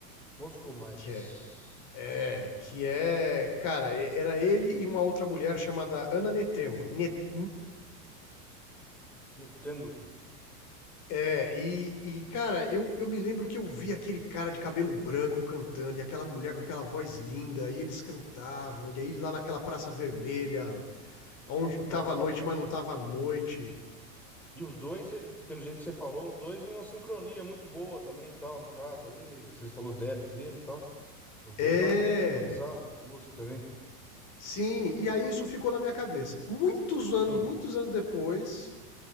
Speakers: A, in the centre; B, on the left.
A: Moscou Mites.
B: que é. É, que é. Cara, era ele e uma outra mulher chamada Ana Netembo, Net,
A: Metenduko.
B: É, e, e, cara, eu, eu me lembro que eu vi aquele cara de cabelo branco cantando e aquela mulher com aquela voz linda, e eles cantavam, e aí lá naquela Praça Vermelha, onde
A: Nossa,
B: tava noite,
A: bacana.
B: mas não tava noite.
A: E os dois, eh, pelo jeito que você falou, os dois em uma sincronia muito boa também, e tal, no caso ali, você falou dela e dele e tal. Os dois
B: É.
A: estavam bem sincronizados, né, com a música também.
B: Sim, e aí isso ficou na minha cabeça. Muitos anos,
A: Sim.
B: muitos anos depois,